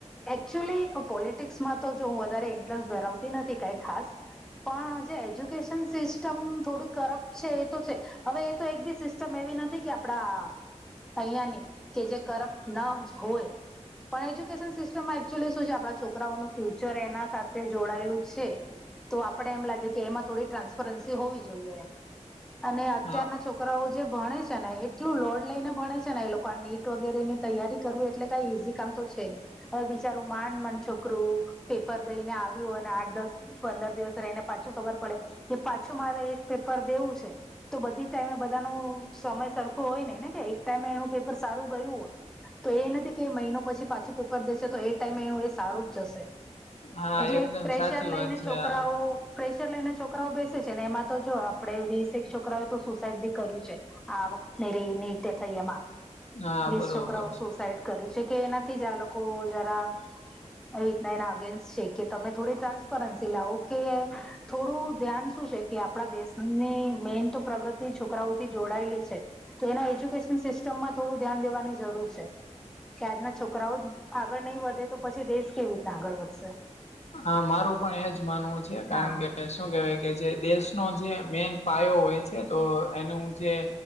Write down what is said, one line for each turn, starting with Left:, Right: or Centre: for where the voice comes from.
Centre: એચ્યુઅલી પોલિટિક્સમાં તો જો હું વધારે ઇન્ટરેસ્ટ ધરાવતી નથી કઈ ખાસ પણ જે એજ્યુકેશન સિસ્ટમ થોડી કરપ્ટ છે એ તો છે. હવે એ તો એક બી સિસ્ટમ એવી નથી કે આપણા ને કે કરપ્ટ ના જ હોય પણ એજ્યુકેશન સિસ્ટમમાં એકચુઅલી શું છે આપણા છોકરાઓનું ફ્યુચર એના સાથે જોડાયેલું છે. તો આપણેે એમ લાગે કે એમાં થોડી ટ્રાન્સપરન્સી હોવી જોઈએ એમ અને અત્યારના
Left: હા
Centre: છોકરાઓ જે ભણે છે ને એટલું લોડ લઈને ભણે છે ને એ લોકો આ નીટ વગેરે ની તૈયારી કરવી એટલે ઈઝી કામ તો છે ને હવે બિચારું માંડ ન છોકરું પેપર દઈને આવ્યું અને આઠ દસ પંદર દિવસ રહીને પાછું ખબર પડે કે પાછું મારે એક પેપર દેવું છે. તો બધી ટાઈમે બધા ન સમય સરખો હોય ને ને કે એક ટાઈમે એનું પેપર સારું ગયું હોય. તો એ નથી કે મહિનો પછી પાછું પેપર દેશે તો એ ટાઈમે એનું એ સારું જ જશે.
Left: હા
Centre: એક
Left: એકદમ
Centre: પ્રેશર
Left: સાચી
Centre: લઈને
Left: વાત છે
Centre: છોકરાઓ
Left: હા
Centre: પ્રેશર લઈને છોકરાઓ બેસે છે ને એમાં તો જો આપડે વીસે એક છોકરાઓય તો સુસાઈડ બી કર્યું છે. આ વખત રે ની રીતે થઈ એમાં
Left: હા
Centre: વીસ
Left: બરોબર
Centre: છોકરાઓ
Left: છે
Centre: સુસાઈડ કર્યું છે કે એનાથી જ આ લોકો જરા એ રીતના એના અગેન્સ્ટ છે કે તમે થોડી ટ્રાન્સપરન્સી લાવો કે થોડું શું છે કે આપણા દેશની મેઈન તો છોકરાઓથી જોડાયેલી છે. તો એના એજ્યુકેશન સિસ્ટમમાં થોડું ધ્યાન દેવાની જરૂર છે. કે આજના છોકરાઓ જ આગળ નહીં વધે તો પછી દેશ કેવી રીતના આગળ વધશે.
Left: હા મારું પણ એજ માનવું છે કારણ
Centre: હા
Left: કે શું કેવાય કે જે દેશનો જે મેન પાયો હોય છે તો એનું જે